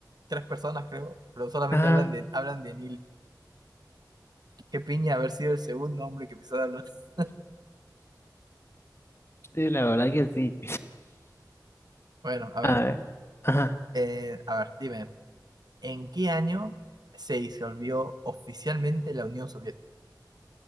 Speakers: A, on the right; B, on the left.
A: tres personas, creo, pero solamente
B: ajá.
A: hablan de, hablan de Neil. Qué piña haber sido el segundo hombre que pisó la luna. <laughs>
B: Sí, la verdad que sí.
A: Bueno, a ver,
B: A ver. Ajá.
A: eh, a ver, dime. ¿En qué año se disolvió oficialmente la Unión Soviética?